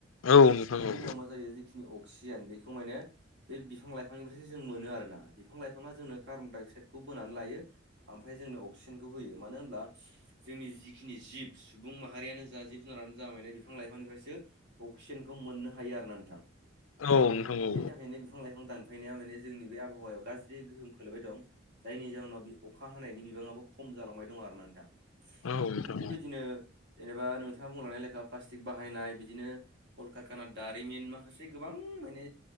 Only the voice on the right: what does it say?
बेनि
उनाव मा जायो जिखिनि अक्सिजेन बेखौ माने बे बिफां लाइफांनिफ्रायसो जों मोनो आरोना बिफां लाइफाङा जोंनो कार्बन डाय अक्साइदखौ बोनानै लायो। ओमफ्राय जोंनो अक्सिजेनखौ होयो मानो होनब्ला जोंनि जिखिनि जिब सुबुं माहारियानो जा जिब जुनारानो जा माने बिफां लाइफांनिफ्रायसो अक्सिजेनखौ मोननो हायो आरो ना नोंथां।
बेनि थाखायनो बिफां लाइफां दानफायनाया माने जोंनि बे आबहावायाव गाज्रि गोहोम खोलैबाय दं। जायनि जाहोनाव बे अखा हानायनि बिबाङाबो खम जालांबाय दं आरो ना नोंथां।
थिग
बेबायदिनो जेनेबा नोंथाङा बुंलांनाय ले खा प्लास्टिक बाहायनाय बिदिनो कलकारकाना दारिमिन माखासे जे गोबां माने